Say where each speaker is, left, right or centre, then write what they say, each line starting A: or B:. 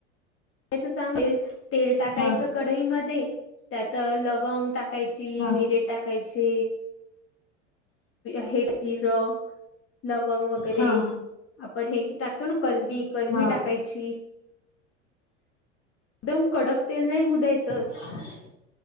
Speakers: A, on the left; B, on the left.
A: चांगले तेल टाकायचं
B: हा
A: कढई मध्ये त्यात लवंग टाकायच ची
B: हा
A: मिरे टाकायची हे जिरं लवंग वगैरे
B: हा
A: आपण हे टाकतो ना कलबी कलमी
B: हा
A: टाकायची एकदम कडक तेल नाही मुधयचं
B: ह